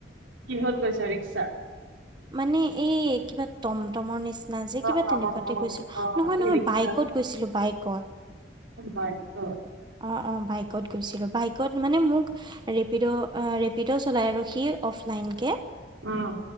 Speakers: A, on the right (about 85°); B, on the right (about 25°).
A: কিহত গৈছা ৰিক্সাত?
B: মানে এই কিবা টমটমৰ নিচিনা। নহয় যে
A: অ
B: কিবা
A: অ
B: তেনেকুৱাতে
A: অ
B: গৈছিলো
A: অ
B: নহয় নহয়
A: ৰিক্সা
B: বাইকত গৈছিলো বাইকত।
A: বাইকত।
B: অ' অ' বাইকত গৈছিলো, বাইকত মানে মোক ৰেপিড' ৰেপিডো চলাই আৰু সি অফলাইন কে।
A: উম।